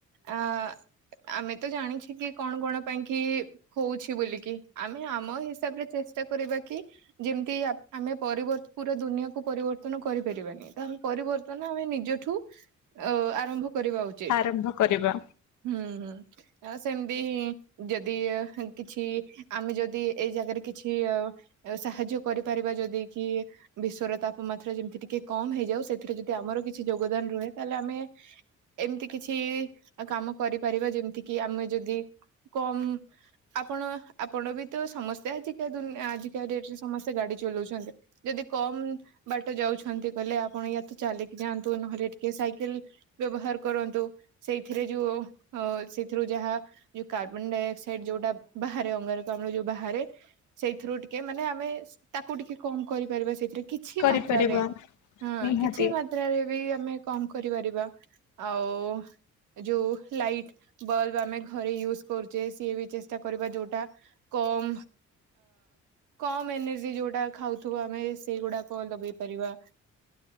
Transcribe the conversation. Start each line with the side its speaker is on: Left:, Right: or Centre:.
Right: ଅ ଆମେ ତ ଜାଣିଛୁ ଏଠିକି କଣ କଣ ପାଇଁ କି ହଉଛି ବୋଲିକି ଆମେ ଆମ ହିସାବରେ ଚେଷ୍ଟା କରିବା କି ଯେମିତି ଆମେ ପରିବତ ପୁରା ଦୁନିଆକୁୁ ପରିବର୍ତ୍ତନ କରିପାରିବାନି ତ ଆମେ ପରିବର୍ତ୍ତନ ଆମେ ନିଜଠୁ ଅ ଆରମ୍ଭ କରିବା ଉଚିତ
Left: ଆରମ୍ଭ କରିବା
Right: ହୁଁ ହ। ସେମିତିଁ ଯଦି କିଛି ଆମେ ଯଦି ଏଇ ଜାଗାରେ କିଛି ସାହାଯ୍ୟ କରିପାରିବା ଯଦି କି ବିଶ୍ଵର ତାପମାତ୍ରା ଯେମିତି ଟିକେ କମ ହେଇଯାଉ ସେଥିରେ ଯଦି ଆମର କିଛି ଯୋଗଦାନ ରହେ ତାହଲେ ଆମେ ଏମିତି କିଛି କାମ କରିପାରିବା ଯେମିତି କି ଆମେ ଯଦି କମ ଆପଣ ଆପଣ ବି ତ ସମସ୍ତେ ଆଜାି ଆଜିକା ଡେଟରେ ସମସ୍ତେ ଗାଡି ଚଲାଉଛନ୍ତି ଯଦି କମ ବାଟ ଯାଉଛନ୍ତି କହିଲେ ଆପଣ ୟା ତ ଚାଲିକି ଯାଆନ୍ତୁ ନହେଲେ ଟିକେ ସାଇକେଲ ବ୍ୟବହାର କରନ୍ତୁ ସେଇଥିରେ ଯୋଉ ସେଇଥିରୁ ଯାହା ଯୋଉ କାର୍ବନ ଡାଇଅକ୍ସାଇଡ ଯୋଉଟା ବାହାରେ ଅଙ୍ଗାରକାମ୍ଲ ଆମର ଯୋଉ ବାହାରେ ସେଇଥିରୁ ଟିକେ ମାନେ ଆମେ ତାକୁ ଟିକେ କମ କରିପାରିବା। ସେଇଥିରେ କିଛି
Left: କରିପାରିବା
Right: ମାତ୍ରାରେ ହଁ
Left: ନିହାତି
Right: କିଛି ମାତ୍ରାରେ ବି ଆମେ କମ କରିପାରିବା ଆଉ ଯୋଉ ଲାଇଟ ବଲବ ଆମେ ଘରେ ୟୁଜ୍ କରୁଛେ ସିଏ ବି ଚେଷ୍ଟା କରିବା ଯୋଉଟା କମ କମ ଏନର୍ଜି ଯୋଉଟା ଖାଉଥିବ ଆମେ ସେଇଗୁଡାକ ଲଗେଇ ପାରିବା